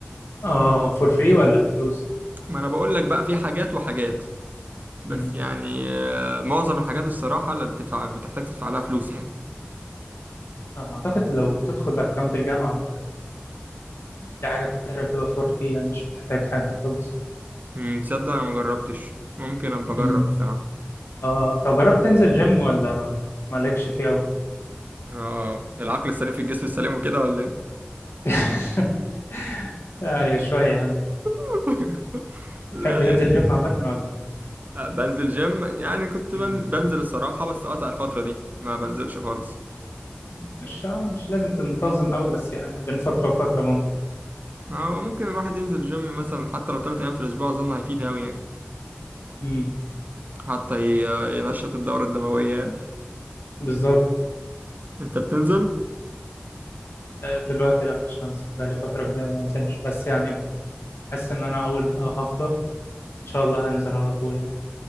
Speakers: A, on the left; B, on the right.
A: اه فور فري ولا بفلوس
B: ما انا بقول لك بقى في حاجات وحاجات بس
A: امم
B: يعني آه، معظم الحاجات الصراحه اللي بتدفع بتحتاج تدفع لها فلوس يعني
A: آه، اعتقد لو بتدخل باكونت الجامعه ب- في حاجات كتير بتبقى فور فري يعني مش بتحتاج حاجه خالص
B: امم تصدق انا ما جربتش ممكن ابقى اجرب
A: امم
B: الصراحه
A: اه طب جربت تنزل جيم ولا مالكش فيه أوي؟
B: اه العقل السليم في الجسم السليم وكده ولا ايه
A: <laughs> ايوه شوية يعني
B: <laughs>
A: تحب
B: لا
A: تنزل جيم عامة ولا؟
B: لا، بنزل جيم يعني كنت
A: مم.
B: بن... بنزل الصراحه بس قطع الفتره دي ما بنزلش خالص
A: مش آه، مش لازم تنتظم أوي بس يعني بين فترة وفترة ممكن
B: اه ممكن الواحد ينزل جيم مثلا حتى لو ثلاث ايام في الاسبوع اظن هيفيد قوي يعني
A: مم.
B: حتى ي- ينشط الدوره الدمويه يعني.
A: بالظبط
B: انت بتنزل
A: آه، دلوقتي لا مش بنزل بقالي فترة كبيرة ما بنزلش بس يعني بحس إن أنا أول ما هفضى إن شاء الله هنزل على طول يعني